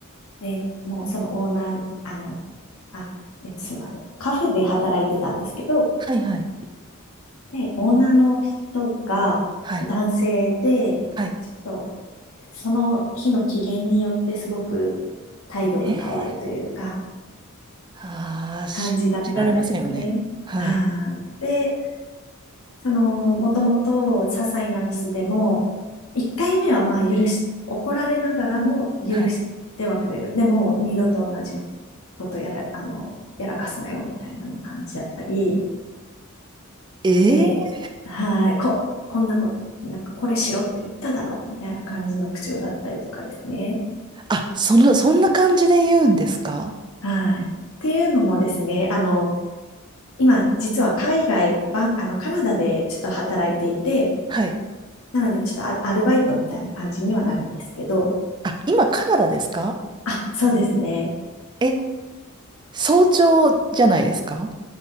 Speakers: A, on the left (about 70°); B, on the right (about 20°).
A: え、もうそのオーナー、あの、あえっと、すいません。カフェで働いてたんですけど、
B: はい。はい。
A: で、オーナーの人が男性で、
B: はい。はい。
A: ちょっとその日の機嫌によってすごく態度が変わるというか、
B: ええああー、信じられませんよね。
A: 感じだったんですよね。
B: はい。
A: はいで、その、もともと些細なミスでも、1回目はまあ許し、怒られながらも許してはくれる。
B: はい。
A: でも、二度と同じことやら、あの、やらかすなよみたいな感じだったり、
B: ええ
A: で、はい、こ、こんなこと、なんかこれしろって言っただろ、みたいな感じの口調だったりとかですね。
B: <laughs> あ、その、そんな感じで言うんですか
A: はい。っていうのもですね、あの、今、実は海外、バン、あの、カナダでちょっと働いていて、
B: はい。
A: なのでちょっとア、アルバイトみたいな感じにはなるんですけど、
B: あ、今カナダですか
A: あ、そうですね。
B: え、早朝じゃないですか